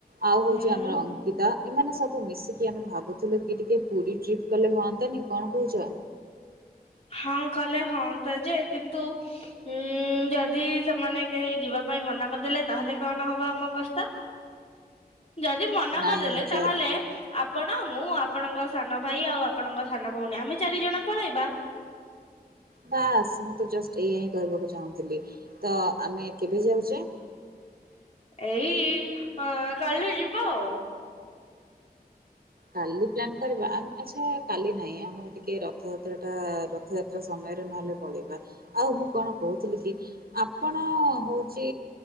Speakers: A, on the right; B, on the left.
A: ଆଉ ହଉଛି
B: ହୁଁ।
A: ଆମର ଅଙ୍କିତା ଏମାନେ ସବୁ ମିଶିକି ଆମେ ଭାବୁଥିଲୁ କି ଟିକେ ପୁରୀ ଟ୍ରିପ୍ କଲେ ହୁଅନ୍ତାନି କଣ କହୁଛ?
B: ହଁ କଲେ ହଁତା ଯେ କିନ୍ତୁ ଉୁଁ ଯଦି ସେମାନେ କେହି ଯିବା ପାଇଁ ମନା କରିଦେଲେ ତାହେଲେ କଣ ହବ ଆମ ଅବସ୍ଥା? ଯଦି ମନା
A: ନାଇଁ
B: କରିଦେଲେ
A: ଯ
B: ତାହେଲେ ଆପଣ ମୁଁ ଆପଣଙ୍କ ସାନ ଭାଇ ଆଉ ଆପଣଙ୍କ ସାନ ଭଉଣୀ ଆମେ ଚାରି ଜଣ ପଳେଇବା।
A: ବାସ୍ ମୁଁ ତ ଜଷ୍ଟ ଏଇା ହିଁ କରିବାକୁ ଚାହୁଁଥିଲି ତ ଆମେ କେବେ ଯାଉଛେ?
B: ଏଇ ଅଁ କାଲି ଯିବା ଆଉ।
A: କାଲି ପ୍ଲାନ୍ କରିବା ଆଚ୍ଛା କାଲି ନାହିଁ ଆମର ଟିକଏ ରଥଯାତ୍ରାଟା ରଥଯାତ୍ରା ସମୟରେ ନହେଲେ ପଳେଇବା ଆଉ ମୁଁ କଣ କହୁଥିଲି କି? ଆପଣ ହଉଛି